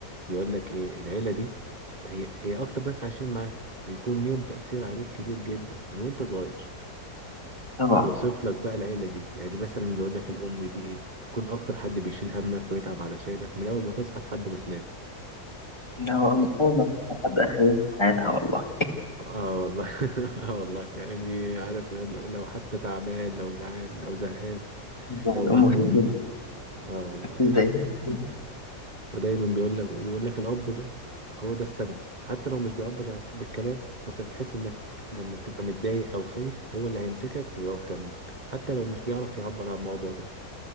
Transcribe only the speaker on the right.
بيقول لك ايه العيله دي هي هي اكتر ناس عايشين معاك بيكون ليهم تاثير عليك كبير جدا من وانت صغير
وبيوصف لك بقى العيلة دي يعني مثلا بيقول لك الأم دي إيه بتكون أكتر حد بيشيل همك ويتعب علشانك من أول ما تصحى لحد ما تنام
آه آه، والله <laughs> آه والله يعني عارف لو حتى تعبان لو جعان لو زهقان
لو مهموم
آه والله
ودايما بيقول لك وبيقول لك الأب ده هو ده السند حتى لو مش بيعبر بالكلام بس بتحس إنك لما بتبقى متضايق أو خايف هو اللي هيمسكك ويقف جنبك حتى لو مش بيعرف يعبر عن الموضوع ده